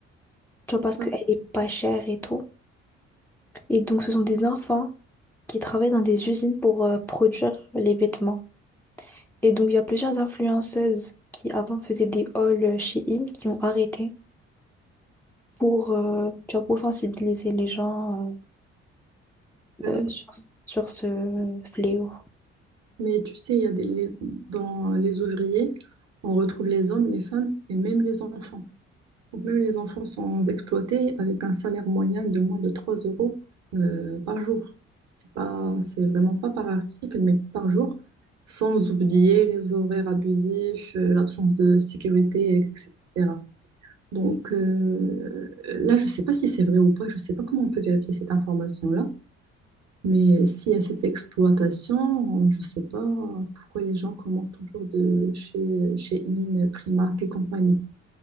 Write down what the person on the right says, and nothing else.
C'est
ça.
Ben
oui.
Mais tu sais, il y a des, les- dans les ouvriers, on retrouve les hommes, les femmes et même les enfants. Donc même les enfants sont exploités avec un salaire moyen de moins de 3 euros euh, par jour. C'est pas, c'est vraiment pas par article, mais par jour, sans oublier les horaires abusifs, euh, l'absence de sécurité, etc. Donc euh, là, je ne sais pas si c'est vrai ou pas, je ne sais pas comment on peut vérifier cette information-là, mais s'il y a cette exploitation, je ne sais pas pourquoi les gens commandent toujours de chez, chez In, Primark et compagnie.